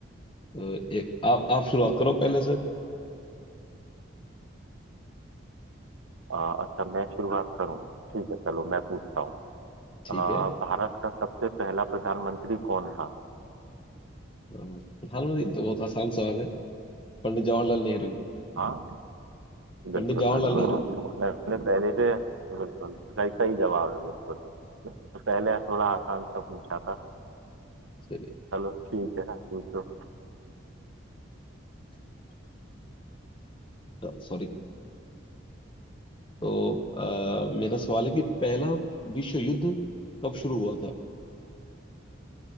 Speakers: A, on the left (about 25°); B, on the right (about 85°).
A: तो एक आप आप शुरुआत करो पहले से
B: आ, अच्छा मैं शुरुआत करूँ ठीक है चलो मैं पूछता हूँ
A: ठीक
B: आ,
A: है अ,
B: भारत का सबसे पहला प्रधानमंत्री कौन था
A: प्रधानमंत्री तो बहुत आसान सवाल है पंडित जवाहरलाल नेहरू
B: हाँ, बिल्कुल
A: पंडित जवाहरलाल
B: बिल्कुल
A: नेहरू
B: मैंने पहले से बिल्कुल सही सही जवाब है बिल्कुल पहले थोड़ा आसान सा पूछा था
A: चलिए
B: चलो ठीक है पूछो
A: सॉरी तो अ, मेरा सवाल है कि पहला विश्व युद्ध कब शुरू हुआ था